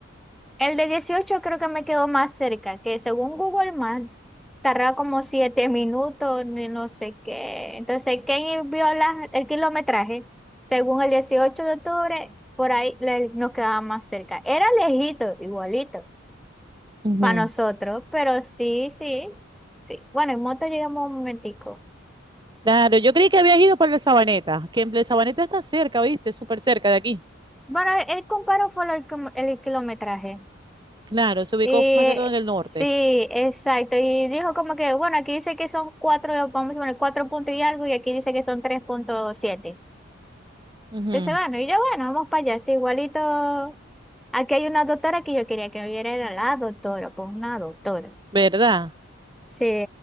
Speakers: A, in the centre; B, on the right (about 20°).
A: El de 18 creo que me quedó más cerca, que según Google Maps tardaba como 7 minutos, ni no sé qué. Entonces, ¿quién vio la- el kilometraje? Según el 18 de octubre, por ahí le- nos quedaba más cerca. Era lejito, igualito,
B: ujú.
A: para
B: Ujú.
A: nosotros, pero sí, sí, sí. Bueno, en moto llegamos un momentico.
B: Claro, yo creí que habías ido por la Sabaneta, que en la Sabaneta está cerca, ¿viste? Súper cerca de aquí.
A: Bueno, él comparó fue el, com- el kilometraje.
B: Claro, se ubicó
A: Y
B: más que todo en el norte,
A: sí, exacto. Y dijo como que, bueno, aquí dice que son cuatro, vamos a poner cuatro puntos y algo, y aquí dice que son tres punto siete
B: Ujú.
A: Entonces, bueno, y yo, bueno, vamos para allá. Sí, igualito. Aquí hay una doctora que yo quería que me viera, era la doctora, pues una doctora.
B: ¿verdad?
A: Sí.